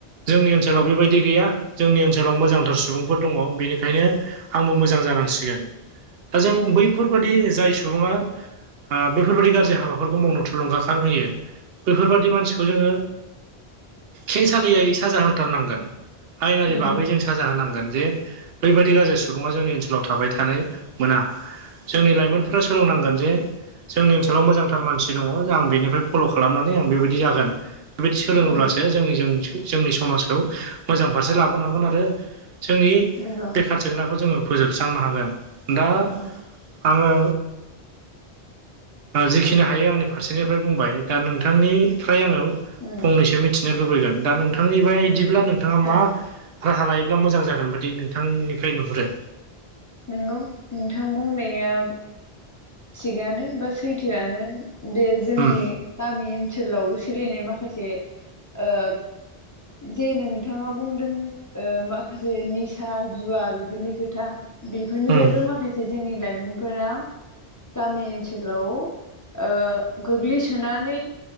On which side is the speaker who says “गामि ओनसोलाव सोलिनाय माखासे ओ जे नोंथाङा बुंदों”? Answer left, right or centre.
Left